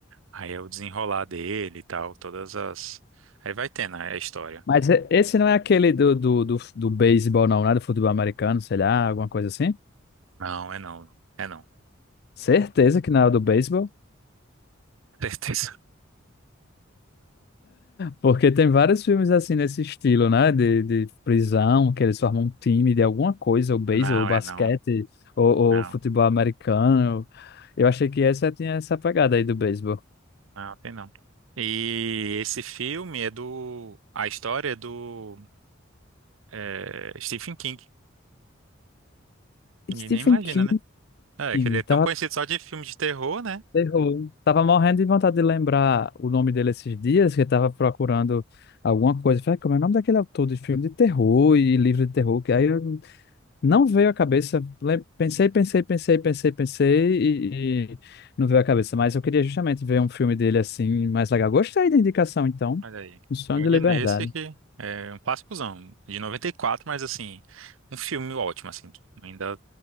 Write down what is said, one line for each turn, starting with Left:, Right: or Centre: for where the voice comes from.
Right: Aí é o desenrolar dele e tal, todas as. Aí vai tendo a a história.
Left: Mas e- esse não é aquele do, do, do, do beisebol, não, né? Do futebol americano, sei lá, alguma coisa assim?
Right: Não, é não. É não.
Left: Certeza que não é o do beisebol.
Right: <laughs> Certeza.
Left: Porque tem vários filmes assim nesse estilo, né? De, de prisão, que eles formam um time de alguma coisa, ou beisebol,
Right: Não,
Left: ou basquete,
Right: é não.
Left: ou,
Right: Não.
Left: ou futebol americano. Eu achei que essa tinha essa pegada aí do beisebol.
Right: Ah, tem não. E esse filme é do. A história é do é, Stephen King. Ninguém
Left: Stephen
Right: nem imagina,
Left: King
Right: né? É, que ele é tão
Left: tava,
Right: conhecido só de filme de terror, né?
Left: terror. tava morrendo de vontade de lembrar o nome dele esses dias, que eu tava procurando alguma coisa. Falei, como é o nome daquele autor de filme de terror e livro de terror? Que aí eu Não veio à cabeça. Le- Pensei, pensei, pensei, pensei, pensei e, e não veio à cabeça. Mas eu queria justamente ver um filme dele assim, mais legal. Gostei da indicação, então.
Right: Olha aí.
Left: Um Sonho
Right: Eu
Left: de
Right: de
Left: Liberdade.
Right: nesse que é um clássicozão, de 94, mas assim, um filme ótimo, assim. Ainda